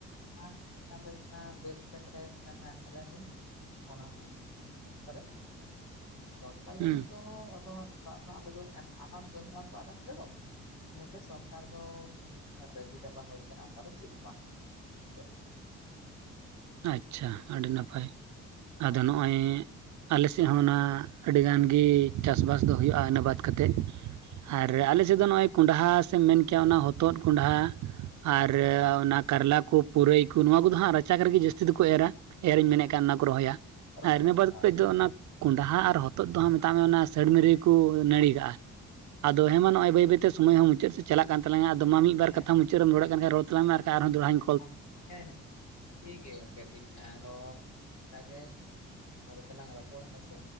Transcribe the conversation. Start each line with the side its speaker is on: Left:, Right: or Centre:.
Left: ᱟᱨ ᱢᱤᱫᱴᱟᱝ ᱫᱚ ᱦᱩᱭᱩᱜ ᱠᱟᱱᱟ ᱵᱟᱹᱫᱽ ᱠᱷᱮᱛ ᱨᱮ ᱢᱤᱫᱴᱟᱝ ᱢᱮᱱᱟᱜ ᱛᱟᱞᱮᱭᱟ ᱢᱤᱦ ᱚᱱᱟ ᱯᱚᱨᱮ ᱥᱚᱨᱠᱟᱨ
Right: ᱦᱮᱸ
Left: ᱞᱟᱹᱜᱤᱫ ᱛᱚ ᱟᱫᱚ ᱦᱟᱸᱜ ᱫᱟᱜ ᱨᱮᱱᱟᱜ ᱟᱞᱮ ᱫᱚ ᱮᱢ ᱟᱱᱟᱴ ᱵᱟᱹᱱᱩᱜ ᱟᱛᱚ ᱟᱞᱮ ᱚᱱᱛᱮ ᱫᱚ ᱤᱱᱟᱹᱛᱮ ᱥᱚᱨᱠᱟᱨ ᱫᱚ ᱚᱝᱠᱟ ᱫᱟᱹᱵᱤ ᱫᱚ ᱵᱟᱝ ᱦᱩᱭ ᱟᱠᱟᱱᱟ ᱚᱝᱠᱟ ᱫᱚ ᱪᱮᱫ ᱦᱚᱸ ᱵᱟᱝ ᱦᱮᱸᱥᱮ
Right: ᱟᱪᱪᱷᱟ ᱟᱹᱰᱤ ᱱᱟᱯᱟᱭ ᱟᱫᱚ
Left: ᱦᱳᱭ
Right: ᱱᱚᱜᱼᱚᱭ ᱟᱞᱮ ᱥᱮᱫ ᱦᱚᱸ ᱚᱱᱟ ᱟᱹᱰᱤ ᱜᱟᱱ ᱜᱮ ᱪᱟᱥᱵᱟᱥ ᱫᱚ ᱦᱩᱭᱩᱜᱼᱟ ᱤᱱᱟᱹ ᱵᱟᱫᱽ ᱠᱟᱛᱮᱫ ᱟᱨ ᱟᱞᱮ ᱥᱮᱫ ᱫᱚ ᱱᱚᱜᱼᱚᱸᱭ ᱠᱚᱱᱰᱦᱟ ᱥᱮᱢ ᱢᱮᱱ ᱠᱮᱭᱟ ᱚᱱᱟ ᱦᱚᱛᱚᱫ ᱠᱚᱱᱰᱦᱟ ᱟᱨ
Left: ᱦᱮᱸ
Right: ᱚᱱᱟ ᱠᱟᱨᱞᱟ ᱠᱚ ᱯᱩᱨᱟᱹᱭ ᱠᱚ ᱱᱚᱣᱟ ᱠᱚᱫᱚ ᱦᱟᱸᱜ ᱨᱟᱪᱟᱜᱽ ᱨᱮᱜᱮ ᱡᱟᱹᱥ ᱡᱟᱹᱥᱛᱤ ᱫᱚᱠᱚ ᱮᱨᱟ ᱮᱨᱮᱧ ᱢᱮᱱᱮᱫ ᱠᱟᱱ ᱚᱱᱟ ᱠᱚ ᱨᱚᱦᱚᱭᱟ
Left: ᱨᱚᱦᱚᱭᱟᱠᱚ
Right: ᱟᱨ ᱤᱱᱟᱹ ᱵᱟᱫᱽ
Left: ᱦᱳᱭ
Right: ᱠᱟᱛᱮᱫ ᱫᱚ ᱚᱱᱟ ᱠᱚᱱᱰᱦᱟ ᱟᱨ ᱦᱚᱛᱚᱫ ᱫᱚ ᱦᱟᱸᱜ ᱢᱮᱛᱟᱜ ᱢᱮ ᱚᱱᱟ ᱥᱟᱹᱲᱤᱢ ᱨᱮᱜᱮ ᱠᱚ ᱱᱟᱹᱲᱤ ᱠᱟᱜᱼᱟ᱾ ᱟᱫᱚ ᱦᱮᱸ ᱢᱟ ᱱᱚᱜᱼᱚᱭ ᱵᱟᱹᱭᱛᱮ ᱵᱟᱹᱭᱛᱮ ᱥᱚᱢᱚᱭ ᱦᱚᱸ ᱢᱩᱪᱮᱫ ᱥᱮ ᱪᱟᱞᱟᱜ ᱠᱟᱱ ᱛᱟᱞᱟᱝᱼᱟ ᱟᱫᱚ ᱢᱤᱫ ᱵᱟᱨ
Left: ᱦᱮᱸ
Right: ᱠᱟᱛᱷᱟ ᱢᱩᱪᱟᱹᱫ ᱨᱮᱢ ᱨᱚᱲᱮᱫ ᱠᱟᱱ ᱠᱷᱟᱡ ᱨᱚᱲ ᱛᱟᱞᱟᱝ ᱢᱮ ᱟᱨᱠᱷᱟᱡ ᱟᱨᱦᱚᱸ ᱫᱚᱦᱲᱟᱹᱧ
Left: ᱟᱪᱪᱷ ᱦᱮᱸᱻᱦᱮᱸᱻ ᱴᱷᱤᱠ ᱜᱮᱭᱟ ᱜᱚᱝᱠᱮ ᱴᱷᱤᱠ ᱟᱨᱚ ᱚᱱᱠᱟᱜᱮ ᱯᱚᱨᱮ ᱛᱮᱞᱟᱝ ᱨᱚᱯᱚᱲ ᱦᱮᱸ ᱥᱮ